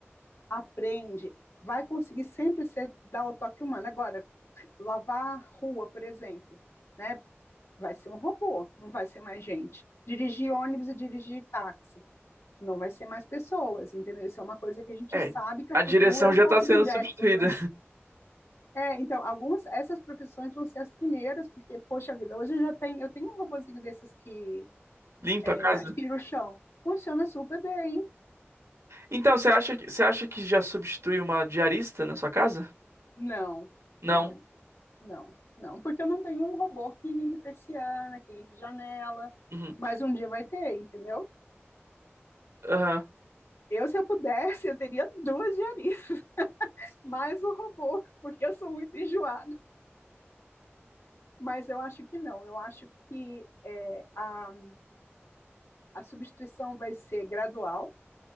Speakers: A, on the left (about 75°); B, on the right (about 85°).
A: aprende, vai conseguir sempre ser, dar o toque humano. Agora, lavar rua, por exemplo, né? Vai ser um robô, não vai ser mais gente. Dirigir ônibus e dirigir táxi, não vai ser mais pessoas, entendeu? Isso é uma coisa que a gente
B: é.
A: sabe que
B: A
A: o futuro
B: direção
A: é um
B: já
A: pouco
B: tá sendo
A: dos Jetsons,
B: substituída.
A: né? É, então, algumas, essas profissões vão ser as primeiras, porque, poxa vida, hoje eu já tenho, eu tenho um robozinho desses que
B: <laughs> Limpa
A: é,
B: a casa.
A: aspira o chão. Funciona super bem. hein?
B: Então, você acha que você acha que já substitui uma diarista na sua casa?
A: Não,
B: Não.
A: não. Não, não, porque eu não tenho um robô que limpe persiana, que limpe janela,
B: Uhum.
A: mas um dia vai ter, entendeu?
B: Aham.
A: Eu, se eu pudesse, eu teria duas diaristas, <laughs> mais o robô, porque eu sou muito enjoada. Mas eu acho que não, eu acho que é, a, a substituição vai ser gradual,